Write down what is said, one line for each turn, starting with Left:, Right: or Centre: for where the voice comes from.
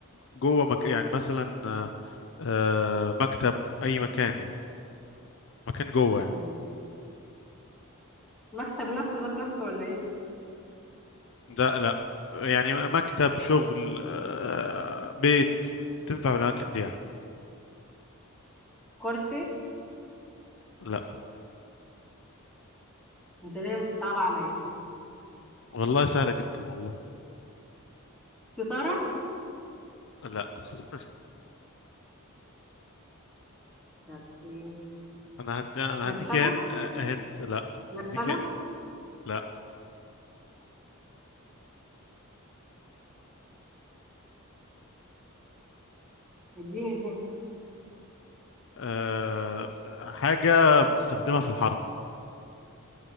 Left: جوه مك... يعني مثلا آه، مكتب اي مكان يعني مكان جوه
Centre: اوكي
Left: يعني
Centre: مكتب نفسه ذات نفسه ولا ايه
Left: ده لا يعني مكتب شغل آه، بيت تنفع بالاماكن دي يعني
Centre: كرسي
Left: لا
Centre: انت دايما بتصعب عليا
Left: والله سهله جدا والله
Centre: ستارة
Left: لا <laughs>
Centre: طب ايه
Left: انا هدي انا
Centre: مكتبة
Left: هديك هنت آه، هنت لا
Centre: مكتبة
Left: هديك لا
Centre: اديني الهند
Left: أه... حاجه بنستخدمها في الحرب